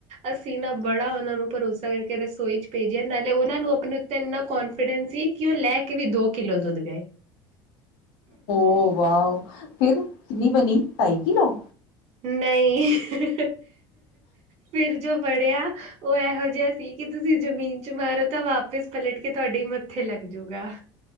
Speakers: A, on the right (about 60°); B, on the left (about 85°).
A: ਅਸੀਂ ਨਾ ਬੜਾ ਉਹਨਾਂ ਨੂੰ ਭਰੋਸਾ ਕਰਕੇ ਰਸੋਈ 'ਚ ਭੇਜਿਆ ਨਾਲੇ ਉਹਨਾਂ ਨੂੰ ਆਪਣੇ ਉੱਤੇ ਇੰਨਾ ਕੋਂਨਫੀਡੈਂਸ ਸੀ। ਕਿ ਉਹ ਲੈ ਕੇ ਵੀ ਦੋ ਕਿੱਲੋ ਦੁੱਧ ਗਏ
B: ਉਹ ਵਾਓ ਫਿਰ ਨਹੀਂ ਬਣੀ ਤਾਈ ਦੀ ਨੌ।
A: ਨਹੀਂ, ਫਿਰ। ਜੋ ਬੜਿਆ ਉਹ ਇਹੋ ਜਿਹਾ ਸੀ ਕਿ ਤੁਸੀਂ ਜ਼ਮੀਨ ਚ ਮਾਰੋ ਤਾਂ ਵਾਪਿਸ ਪਲਟ ਕੇ ਤੁਹਾਡੀ ਕਿੱਥੇ ਲੱਗ ਜੂਗਾ।